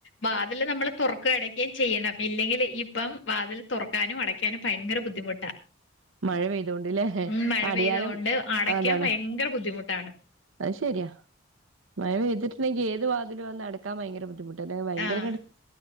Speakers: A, on the left; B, on the right.
A: വാതില് നമ്മള് തൊറക്കേം അടക്കേം ചെയ്യണം. ഇല്ലെങ്കില് ഇപ്പം വാതില് തൊറക്കാനും അട ക്കാനും ഭയങ്കര ബുദ്ധിമുട്ടാ.
B: മഴ പെയ്തത് കൊണ്ട് ല്ലേ,
A: ഉം മഴ
B: അടയാനും
A: പെയ്തോണ്ട് അടയ്ക്കാൻ
B: അതാണ്.
A: ഭയങ്കര ബുദ്ധിമുട്ടാണ്
B: അത് ശരിയാ, മഴ പെയ്തിട്ടുണ്ടെങ്കി ഏത് വാതിലും, വന്ന് അടക്കാൻ ഭയങ്കര ബുദ്ധിമു ട്ടാ ഭയങ്കരങ്ങട്ട്
A: ആഹ്